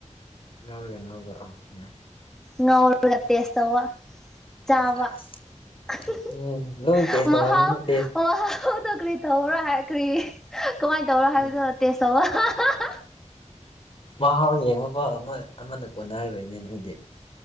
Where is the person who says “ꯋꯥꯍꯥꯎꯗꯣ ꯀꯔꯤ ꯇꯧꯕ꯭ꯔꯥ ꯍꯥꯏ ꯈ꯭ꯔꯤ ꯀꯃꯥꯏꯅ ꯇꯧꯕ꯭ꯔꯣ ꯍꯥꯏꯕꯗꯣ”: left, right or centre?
Centre